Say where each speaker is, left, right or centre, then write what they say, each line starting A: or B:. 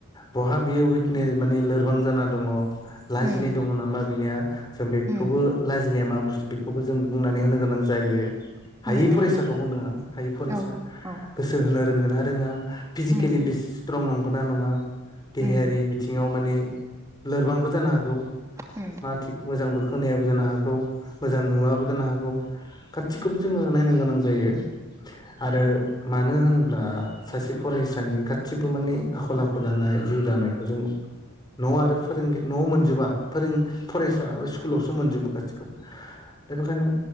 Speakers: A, on the left; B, on the right.
A: बहा बियो उइकनेस माने लोरबां जाना दङ।
B: उम
A: लाजिनाय। बा बिनिया जों बेखौबो
B: उम
A: लाजिनाया मा बुस्थु बेखौबो जों बुंनानै होनो गोनां जायो। हायै
B: उम उम
A: फरायसाखौ बुंदों आ हायै फरायसा
B: औ औ
A: गोसो होनो रोंगोन ना रोङा? फिजिकेलि
B: उम
A: बेस स्ट्रं नंगौना नङा देहायारि
B: उम
A: बिथिङाव माने लोरबांबो जानो हागौ
B: उम
A: मा थिग मोजांबो होनायाबो जानो हागौ मोजां नुवाबो जानो हागौ गासिखौबो जोङो नायनो गोनां जायो आरो मानो होनोब ब्ला सासे फरायसानि गासिबो माने आखल आखु दानाय जिउ दानायखौ जों न' आरो फोरों न'आव मोनजोबा फोरों फरायसा स्कुलावसो मोनजोबो गासिखौबो दा बेखायनो